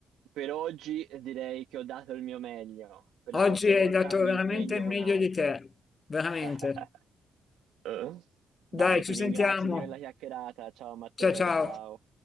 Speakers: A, on the right; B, on the left.
A: per oggi direi che ho dato il mio meglio, per la
B: Oggi
A: prossima
B: hai
A: volta
B: dato
A: mi
B: veramente
A: impegno
B: il
A: con
B: meglio
A: altro.
B: di te. Veramente.
A: <laughs> Eh?
B: Dai,
A: Dai,
B: ci
A: ti ringrazio
B: sentiamo.
A: di quella chiacchierata, ciao Matteo,
B: Ciao ciao.
A: ciao.